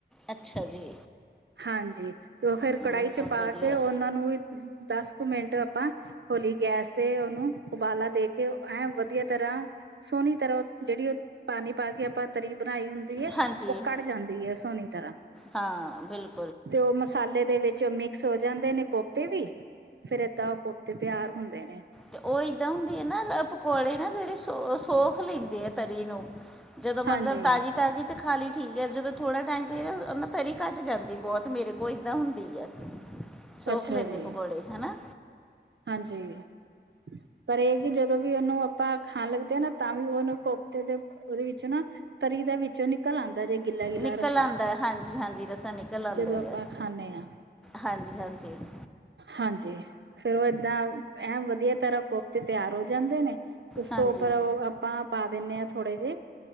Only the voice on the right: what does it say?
ਹਾਂਜੀ ਤੇ ਉਹ ਫੇਰ
ਕੜਾਹੀ ਚ
ਪਾ
ਕੇ ਉਹਨਾਂ ਨੂੰ ਵੀ ਦਸ ਕੁ ਮਿੰਟ ਆਪਾਂ ਹੌਲੀ ਗੈਸ ਤੇ ਉਹਨੂੰ ਉਬਾਲਾ ਦੇ ਕੇ ਐਂ ਵਧੀਆ ਤਰ੍ਹਾਂ ਸੋਹਣੀ ਤਰ੍ਹਾਂ ਜਿਹੜੀ ਉਹ ਪਾਣੀ ਪਾ ਕੇ ਆਪਾਂ ਤਰੀ ਬਣਾਈ ਹੁੰਦੀ
ਉਹ ਕੱਢ ਜਾਂਦੀ ਹੈ ਸੋਹਣੀ ਤਰ੍ਹਾਂ
ਤੇ ਉਹ ਮਸਾਲੇ ਦੇ ਵਿੱਚ ਮਿਕਸ ਹੋ ਜਾਂਦੇ ਨੇ ਕੋਫਤੇ ਵੀ ਫੇਰ ਏਦਾਂ ਉਹ ਕੋ ਤੇ ਤਿਉਹਾਰ ਹੁੰਦੇ ਨੇ
ਹਾਂਜੀ
<inaudible>
ਜੀ
ਹਾਂਜੀ ਪਰ ਇਹ ਜਦੋਂ ਵੀ ਉਹਨੂੰ ਆਪਾਂ ਖਾਣ ਲੱਗਦੇ ਹ ਨਾ ਤਾਂ ਵੀ ਉਹਓਨੂੰ ਕੋਫਤੇ ਦੇ ਉਹਦੇ ਵਿੱਚ ਨਾ ਤਰੀ ਦਾ ਵਿੱਚੋਂ ਨਿਕਲ ਆਉਂਦਾ ਜੇ ਗਿੱਲਾ ਗਿੱਲਾ
ਰਸਾ
ਜਦੋਂ ਆਪਾਂ
ਖਾਂਦੇ ਹਾਂ
ਹਾਂਜੀ ਫੇਰ ਉਹ ਏਦਾਂ ਐ ਵਧੀਆ ਤਰ੍ਹਾਂ ਕੋਫਤੇ ਤਿਆਰ ਹੋ ਜਾਂਦੇ ਨੇ ਉਸ
ਤੋਂ ਉੱਪਰ ਉਹ ਆਪਾਂ ਪਾ ਦਿੰਦੇ ਹਾਂ ਥੋੜੇ ਜਿਹੇ